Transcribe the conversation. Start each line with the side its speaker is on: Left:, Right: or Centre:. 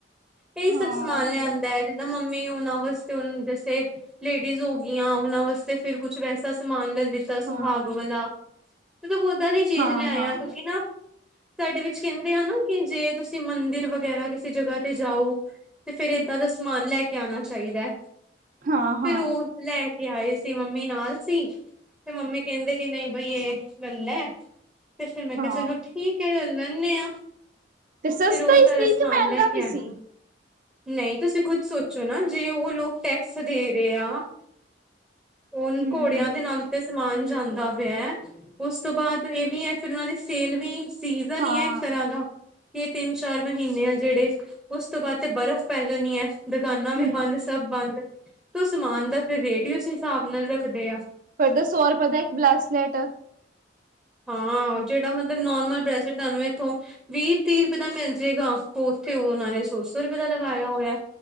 Centre: ਇਹੀ ਸਭ
Right: ਹਾਂ
Centre: ਸਮਾਨ
Right: ਇਹ
Centre: ਲਿਆਂਦਾ
Right: ਵੀ ਹੈ
Centre: ਐ। ਮੰਮੀ ਉਹਨਾਂ ਵਾਸਤੇ ਓਨ ਜੈਸੇ, ਲੇਡੀਜ਼ ਹੋ ਗਈਆਂ ਉਹਨਾਂ ਵਾਸਤੇ ਫਿਰ ਕੁਛ ਵੈਸਾ ਸਮਾਨ ਲੈ ਲਿਤਾ ਸੁਹਾਗ
Right: ਹਾਂ
Centre: ਵਾਲਾ, ਮਤਲਬ ਓਦਾਂ ਦੀ ਚੀਜ਼
Right: ਹਾਂ
Centre: ਲਿਆਏ
Right: ਹਾਂ
Centre: ਆਂ ਕਿਉਂਕਿ ਨਾਂ ਸਾਡੇ ਵਿੱਚ ਕਹਿੰਦੇ ਆ ਨਾਂ ਕਿ ਜੇ ਤੁਸੀਂ ਮੰਦਿਰ ਵਗੈਰਾ ਕਿਸੇ ਜਗ੍ਹਾ ਤੇ ਜਾਓ ਤੇ ਫੇਰ ਏਦਾਂ ਦਾ ਸਮਾਨ ਲੈ ਕੇ ਆਣਾ ਚਾਹੀਦੈ।
Right: ਹਾਂ
Centre: ਫਿਰ
Right: ਹਾਂ
Centre: ਉਹ, ਲੈ ਕੇ ਆਏ ਸੀ ਮੰਮੀ ਨਾਲ ਸੀ। ਤੇ ਮੰਮੀ ਕਹਿੰਦੇ ਕਿ ਨਹੀਂ ਬਈ ਏ, ਗੱਲ ਐ, ਤੇ ਫੇਰ ਮੈਂ ਕਿਹਾ
Right: ਹਾਂ
Centre: ਚਲੋ ਠੀਕ ਠੀਕ ਐ ਲੈ ਲੈਂਨੇਂ ਆਂ,
Right: ਤੇ ਸਸਤਾ
Centre: ਫੇਰ ਉਹ
Right: ਹੀ
Centre: ਸਾਰਾ
Right: ਸੀ
Centre: ਸਮਾਨ
Right: ਕਿ ਮਹਿੰਗਾ
Centre: ਲੈ ਕੇ
Right: ਵੀ
Centre: ਆਏ।
Right: ਸੀ
Centre: ਨਈਂ ਤੁਸੀਂ ਖੁਦ ਸੋਚੋ ਨਾਂ ਜੇ ਉਹ ਲੋਕ ਟੈਕਸ ਦੇ ਰਹੇ ਆ। ਉਹਨ
Right: ਹੂੰ
Centre: ਘੋੜਿਆਂ
Right: ਹੂੰ
Centre: ਦੇ ਨਾਲ ਉਤੇ ਸਮਾਨ ਜਾਂਦਾ ਪਿਆ ਐ, ਉਸ ਤੋਂ ਬਾਅਦ ਇਹ ਵੀ ਐ ਫੇਰ ਉਹਨਾ ਦੀ ਸੇਲ ਵੀ ਸੀਜਨ
Right: ਹਾਂ
Centre: ਈ ਐ ਇੱਕ ਤਰ੍ਹਾਂ ਦਾ। ਕਿ ਤਿੰਨ-ਚਾਰ ਮਹੀਨੇਂ ਆ ਜਿਹੜੇ, ਉਸ ਤੋਂ ਬਾਅਦ ਤੇ ਬਰਫ਼ ਪੈ ਜਾਣੀ ਐ। ਦੁਕਾਨਾਂ
Right: ਹੂੰ
Centre: ਵੀ ਬੰਦ, ਸਭ ਬੰਦ, ਤੋਂ ਸਮਾਨ ਦਾ ਫੇਰ ਰੇਟ ਵੀ ਉਸ ਹਿਸਾਬ ਨਾਲ ਰੱਖਦੇ ਆ।
Right: ਫਿਰ ਤਾਂ ਸੌ ਰੁਪਏ ਦਾ ਇੱਕ ਬਲਾਸਲੇਟ।
Centre: ਹਾਂ, ਜਿਹੜਾ ਮਤਲਬ ਨੋਰਮਲ ਬ੍ਰੈਸਲੇਟ ਤੁਹਾਨੂੰ ਇੱਥੋਂ ਵੀਹ-ਤੀਹ ਰੁਪਏ ਦਾ ਮਿਲ ਜੇਗਾ, ਉੱਥੇ ਉਹਨਾਂ ਨੇਂ ਸੌ-ਸੌ ਰੁਪਏ ਦਾ ਲਗਾਇਆ ਹੋਇਆ।